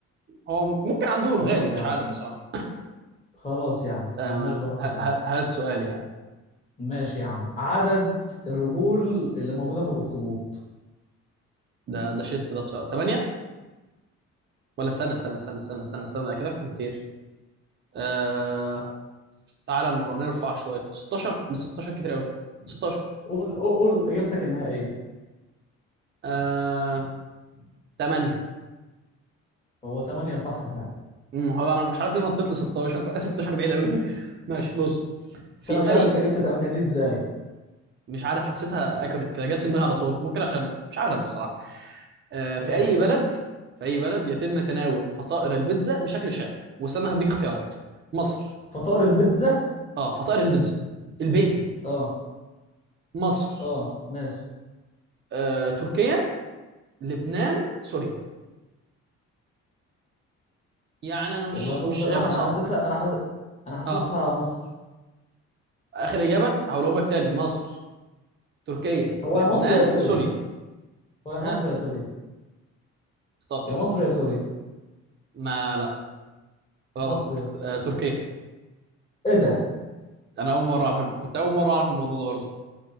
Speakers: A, on the right; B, on the left.
A: هو ممكن عندهم
B: خلاص
A: غالي مش
B: يا عم
A: عارف بصراحه
B: خلاص يا عم
A: تمام
B: مالناش بقى
A: ه-
B: كلمت
A: ه- هات سؤال يعني
B: ماشي يا عم عدد الرجول اللي موجودة في الأخطبوط
A: ده ده شت ده بصراحة 8 ولا استنى استنى استنى استنى استنى استنى اكيد اكتر بكتير آه... تعالى نر- نرفع شويه 16 بس 16 كتير قوي 16
B: قول قول قول إجابتك النهائية
A: آه... 8
B: هو تمانية صح فعلا
A: أمم، هو انا مش عارف ليه نطيت ل 16 16 <laughs> بعيد قوي ماشي بص
B: بس
A: في
B: أنا مش
A: اي
B: عارف أنت جبت تمانية دي إزاي
A: مش عارف حسيتها اكوريت كده جت في دماغي على طول ممكن عشان مش عارف بصراحه آه...
B: ماشي
A: في اي بلد في اي بلد يتم تناول فطائر البيتزا بشكل شائع واستنى هديك اختيارات مصر
B: فطائر البيتزا
A: اه فطائر البيتزا البيتي
B: أه
A: مصر
B: أه ماشي
A: آه، تركيا لبنان سوريا يعني انا مش
B: والله بص
A: مش شايفها
B: أنا أنا
A: صعبه
B: حاسسها أنا حاسس أنا حاسسها
A: اه
B: مصر
A: اخر اجابه هقولهم لك تاني مصر تركيا
B: هو
A: لبنان
B: يا مصر يا سوريا
A: سوريا
B: هو يا مصر
A: ها
B: يا سوريا
A: اختار
B: يا مصر يا سوريا
A: ما لا غلط
B: مصر يا اسطى
A: آه، تركيا
B: إيه ده
A: انا اول مره اعرف كنت اول مره اعرف الموضوع ده برضه